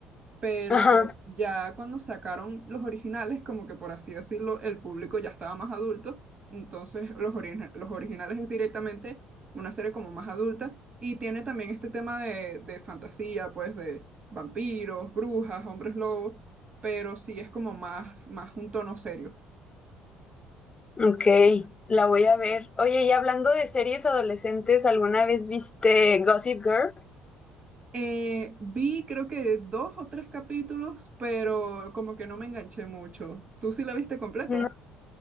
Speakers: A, on the right; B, on the left.
A: pero
B: Ajá.
A: ya cuando sacaron los originales, como que por así decirlo, el público ya estaba más adulto, entonces los, origina- los originales es directamente una serie como más adulta y tiene también este tema de, de fantasía, pues de vampiros, brujas, hombres lobos, pero sí es como más, más un tono serio.
B: Ok. La voy a ver. Oye, y hablando de series adolescentes, ¿alguna vez viste Gossip Girl?
A: Eh, vi creo que dos o tres capítulos, pero como que no me enganché mucho. ¿Tú sí la viste completa?
B: No.